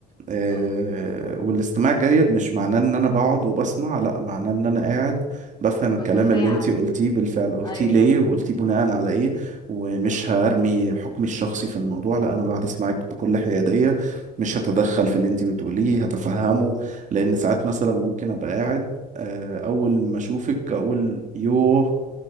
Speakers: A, on the right; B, on the left.
A: آه،
B: اه
A: والاستماع الجيد مش معناه ان انا بقعد وبسمع لا معناه ان انا قاعد بفهم
B: وبتفاعل
A: الكلام اللي انتي قلتيه بالفعل قلتيه
B: ايوه
A: ليه وقلتيه بناء على ايه ومش
B: صح
A: هرمي حكمي الشخصي في الموضوع لا انا بقعد اسمعك بكل حيادية مش هتدخل في اللي انتي بتقوليه هتفهمه لان ساعات
B: امم
A: مثلا ممكن ابقى قاعد آه، اول ما اشوفك اقول يوه